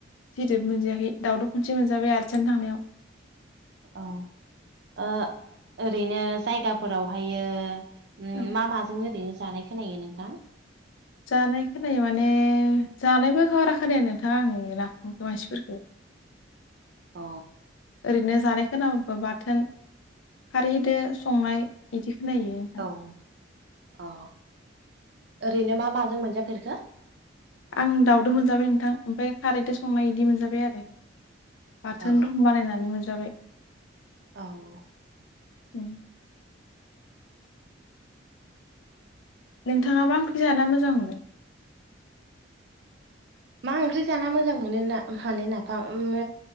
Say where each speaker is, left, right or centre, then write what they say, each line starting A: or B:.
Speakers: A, on the left; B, on the right.
A: सिदोब मोनजायाखै दावदब खनसे मोनजाबाय आलासि जानो थांनायाव।
B: औ ओ ओरैनो जायगाफोरावहायो उम
A: औ
B: मा माजों ओरैनो जानाय खोनायो नोंथां?
A: जानाय खोनायो माने जानायबो बारा खोनाया नोंथाङा आंनि नाफाम मानसिफोरफोरखौ।
B: अ
A: ओरैनो जानाय खोनाबाबो बाथोन खारैदो संनाय इदि खोनायो।
B: औ अ ओरैनो मा माजों मोनजाफेरखो?
A: आं दाउदो मोनजाबाय नोंथां ओमफ्राय खारैजों संनाय बिदि मोनजाबाय आरो। बाथोन
B: औ
A: रुम बानायनानै मोनजाबाय
B: औ।
A: उम। नोंथाङा मा ओंख्रि जाना मोजां मोनो।
B: मा ओंख्रि जाना मोजां मोनो ना माने नाफाम